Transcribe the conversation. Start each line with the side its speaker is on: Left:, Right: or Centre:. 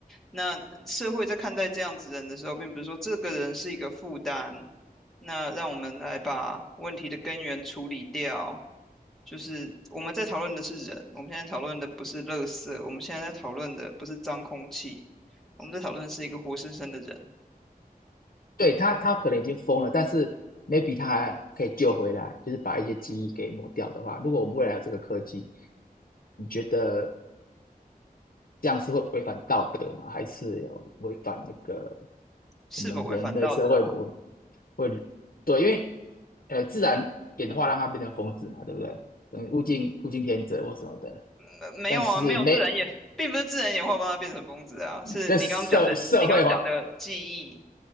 Centre: 那社会在看待这样子人的时候，并不是说这个人是一个负担，那让我们来把问题的根源处理掉。就是我们在讨论的是人，我们现在讨论的不是垃圾，我们现在在讨论的不是脏空气，我们在讨论的是一个活生生的人
Left: 对他，他可能已经疯了，但是 maybe 他还可以救回来，就是把一些记忆给抹掉的话，如果我们未来有这个科技，你觉得这样是会违反道德吗？还是有违反那个
Centre: 是否违反道德啊？
Left: 我们人类社会我会对，因为呃自然演化让它变成疯子嘛，对不对？嗯，物竞物竞天择或什么的，
Centre: 呃没有啊，
Left: 但是没
Centre: 没有自然演，并不是自然演化帮他变成疯子啊，是你刚刚讲的，
Left: 这社社会环
Centre: 你刚刚讲的记忆，